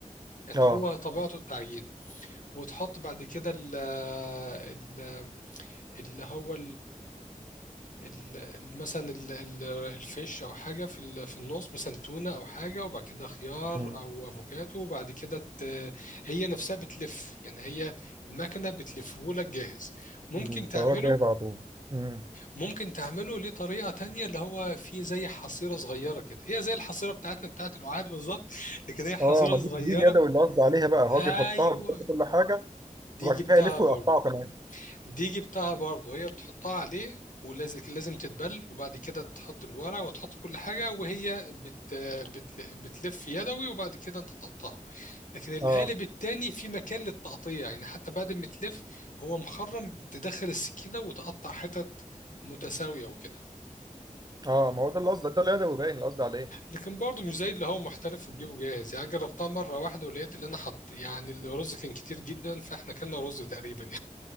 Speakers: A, on the left; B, on the right.
A: يعني
B: اه
A: هو طبيعته التعجين وتحط بعد كده ال- ال- اللي هو ال- ال- مثلا ال- ال- الفيش او حاجه في ال- في النص مثلا تونه او حاجه وبعد كده خيار
B: امم
A: او افوكاتو وبعد كده ت- هي نفسها بتلف يعني هي المكنه بتلفه لك جاهز ممكن
B: أمم. الطيارات
A: تعمله
B: جاهزه على طول امم
A: ممكن تعمله ليه طريقه تانية اللي هو في زي حصيره صغيره كده هي زي الحصيره بتاعتنا بتاعت القعاد بالظبط لكن هي حصيره
B: اه ما
A: صغيره
B: دي دي اليدوي اللي قصدي عليها بقى هو
A: ايوه
B: بيحطها بيحط كل حاجه
A: دي
B: وبعد
A: جبتها
B: كده يلف
A: برضه
B: ويقطعه كمان
A: الديجي بتاعها برضه هي بتحطها عليه ولازم لازم تتبل وبعد كده تحط الورق وتحط كل حاجة وهي بت بت بتلف يدوي وبعد كده انت تقطعه لكن القالب
B: اه
A: التاني في مكان للتقطيع يعني حتى بعد ما تلف هو مخرم تدخل السكينة وتقطع حتت متساوية وكده
B: اه ما هو ده اللي قصدي ده اليدوي باين اللي قصدي عليه
A: لكن برضه مش زي اللي هو محترف وتجيبه جاهز يعني جربتها مرة واحدة ولقيت اللي انا حط يعني الرز كان كتير جدا فاحنا كلنا رز تقريبا